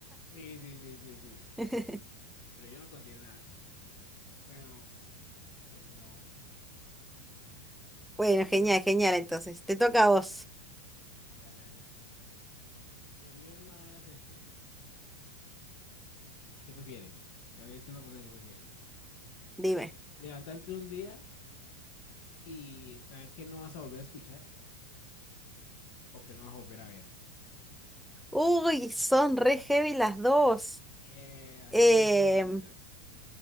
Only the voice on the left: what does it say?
Sí, sí, sí, sí, sí.
Pero yo no considero nada. Bueno, pues no.
Esto,
dale, dale, dale. Lo mío es más este. ¿Qué prefieres? A mí es una pregunta que prefieres.
Levantarte un día y saber que no vas a volver a escuchar o que no vas a volver a ver.
Eh, así
me gustan las preguntas.